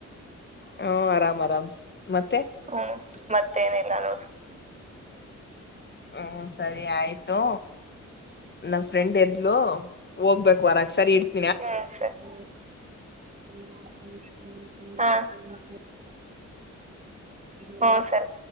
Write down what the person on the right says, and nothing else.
ಹ್ಮ್ ಮತ್ತೇನಿಲ್ಲ ನೋಡು
ಹ್ಮರಿ ಹ ಹ್ಮ ಸರಿ